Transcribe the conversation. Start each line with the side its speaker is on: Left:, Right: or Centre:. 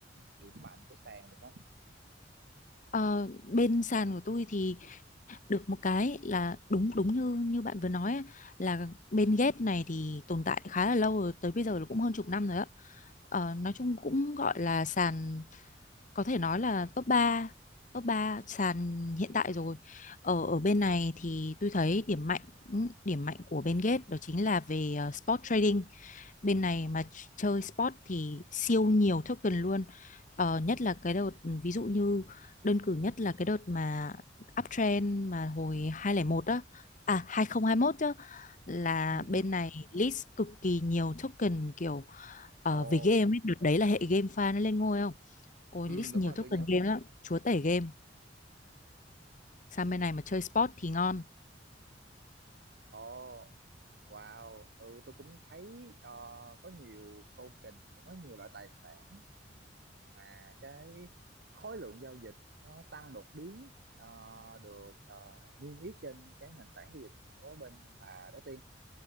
Right: điểm mạnh của sàn được không?
Left: Ờ, bên sàn của tôi thì được một cái là đúng đúng như như bạn vừa nói ấy, là bên ghép này thì tồn tại khá là lâu rồi tới bây giờ là cũng hơn chục năm rồi á Ờ, nói chung cũng gọi là sàn có thể nói là top ba top ba sàn hiện tại rồi ở ở bên này thì tôi thấy điểm mạnh điểm mạnh của bên Gate đó chính là về ờ, spot trading bên này mà chơi sport thì siêu nhiều token luôn ờ, nhất là cái đợt ví dụ như đơn cử nhất là cái đợt mà uptrend mà hồi 2001 á à 2021 chứ là
Right: Ừ.
Left: bên
Right: hứ.
Left: này list cực kỳ nhiều token kiểu ờ,
Right: Ồ,
Left: về game ấy đợt đấy là hệ game fan nó lên ngôi không ôi
Right: ừ,
Left: list
Right: đúng
Left: nhiều
Right: rồi
Left: token
Right: tôi nhớ.
Left: game lắm chúa tể game sang bên này mà chơi sport thì ngon
Right: Ồ, Wow, ừ tôi cũng thấy ờ, có nhiều token, cũng có nhiều loại tài sản ừm, mà cái khối lượng giao dịch nó tăng đột biến ờ, được ờ, niêm yết trên cái nền tảng giao dịch của bên bà đó Tiên.